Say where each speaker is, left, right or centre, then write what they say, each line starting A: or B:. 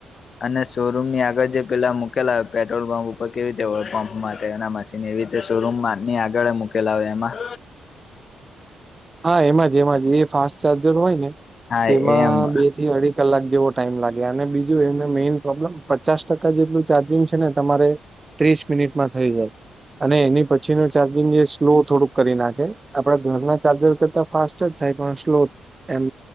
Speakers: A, on the left; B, on the right.
A: અને શોરૂમની આગળ જે પેલા મૂકેલા પેટ્રોલ પંપ ઉપર કેવી રીતે હોય પંપ માટે એના મશીન ને એવી રીતે શોરૂમમાંની આગળ મૂકેલા હોય એમાં
B: હા, એમાં જ એમાં જ એ ફાસ્ટ ચાર્જર હોય ને
A: હા
B: તેમાં
A: એમ
B: બે થી અઢી કલાક જેવો ટાઈમ લાગે અને બીજું એને મેઈન પ્રોબ્લેમ પચાસ ટકા જેટલું ચાર્જિંગ છે ને તમારે ત્રીસ મિનિટમાં થઈ જાય અને એની પછી પછીનું ચાર્જિંગ એ સ્લો થોડુંક કરી નાખે આપડા ઘરના ચાર્જર કરતા ફાસ્ટ જ થાય પણ સ્લો એમ